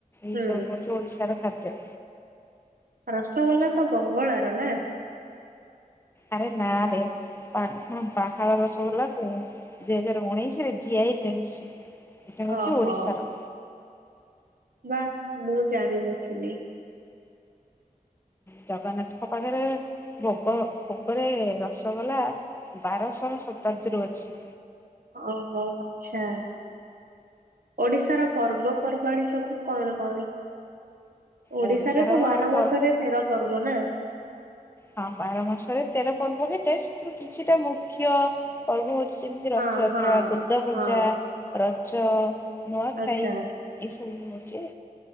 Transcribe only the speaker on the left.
ଏଇସବୁ
ହଉଚି ଓଡ଼ିଶାର ଖାଦ୍ୟ।
ଆରେ ନାଁରେ। ପାଖ ପାହାଳ ରସଗୋଲାକୁ ଦୁଇ ହଜାର ଉଣେଇଶରେ ଜି ଆଇ ମିଳିଚି। ଏଟା ହଉଚି
ଓଡ଼ିଶାର।
ଜଗନ୍ନାଥଙ୍କ ପାଖରେ ଭୋଗ ଭୋଗରେ ରସ ଗଲା ବାରଶହ ଶତାବ୍ଦୀରୁ ଅଛି।
ଓଡିଶାର
ପର୍ବ
ହଁ ବାର ମାସରେ ତେର ପର୍ବ ଯେ ସେଥିରୁ କିଛିଟା ମୁଖ୍ୟ ପର୍ବ ହଉ ଯେମିତି ରଥଯାତ୍ରା
ଦୁର୍ଗା ପୂଜା
ରଜ ନୂଆଖାଇ
ଏସବୁ ହଉଚି